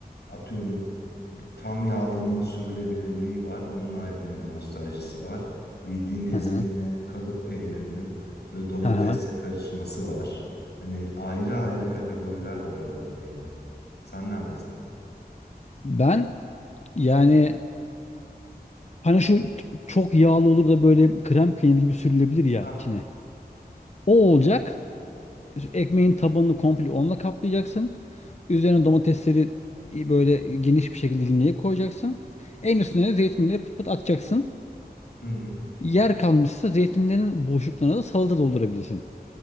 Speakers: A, on the left (about 90°); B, on the left (about 45°).
A: atıyorum tam yağlının sürülebilirliği var onun ayrı bir nostaljisi var. Bildiğin Ezinle
B: Hı hı.
A: kalıp peynirinin böyle domatesle
B: Hı hı.
A: karışması var. Hani ayrı ayrı kategoriler var orada da yine. Sen neredesin?
B: Ben yani Hani şu çok yağlı olur da böyle krem peyniri gibi sürülebilir ya
A: Hah.
B: içine. O olacak. Ekmeğin tabanını komple onunla kaplayacaksın. Üzerine domatesleri böyle geniş bir şekilde dilimleyip koyacaksın. En üstüne de zeytinleri pıt pıt atacaksın.
A: Hı hı.
B: Yer kalmışsa zeytinlerin boşluklarına da salata doldurabilirsin.